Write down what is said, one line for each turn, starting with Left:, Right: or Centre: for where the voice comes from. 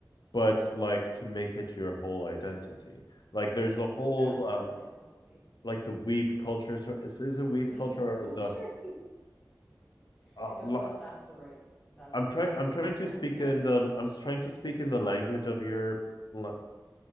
Left: but like to make it your whole identity like there's a whole
Centre: That's
Left: um
Centre: definitely unhealthy.
Left: like the weeb culture so is, is a weeb
Centre: Weeb
Left: culture
Centre: culture.
Left: or the
Centre: <laughs>
Left: uh,
Centre: I don't
Left: la-
Centre: know if that's the right that's
Left: I'm
Centre: the
Left: trying
Centre: right
Left: I'm trying
Centre: comparison.
Left: to speak in the I'm trying to speak in the language of your la-